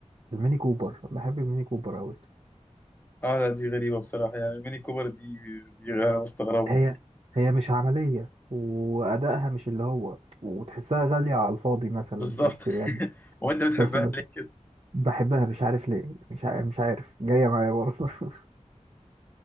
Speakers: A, on the right; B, on the left.
A: الميني كوبر بحب الميني كوبر أوي
B: اه لا دي غريبه بصراحه يعني ميني كوبر دي دي انا مستغربها
A: هي هي مش عملية وأدائها مش اللي هو وتحسها غالية على الفاضي مثلا
B: بالظبط
A: بس يعني
B: <laughs> وانت بتحبها
A: بس ب-
B: ليه كده
A: بحبها مش عارف ليه مش عارف مش عارف جاية معايا برضه <laughs>